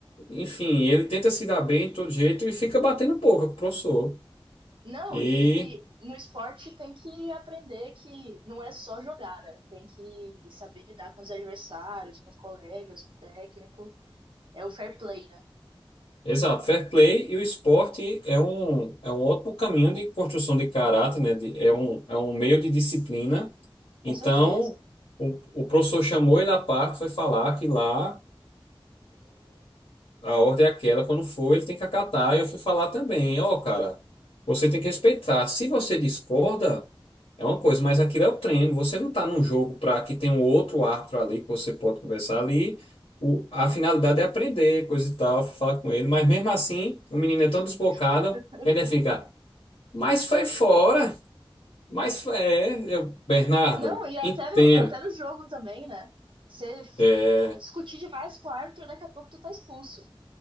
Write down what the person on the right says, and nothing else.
Não,
e no esporte tem que aprender que não é só jogar, né? Tem que saber lidar com os adversários, com os colegas, com o técnico. É o fair play, né?
Com certeza.
E-
<laughs>
não, e até
no, até no jogo também, né? Você f-
discutir demais com o árbitro, daqui a pouco tu tá expulso.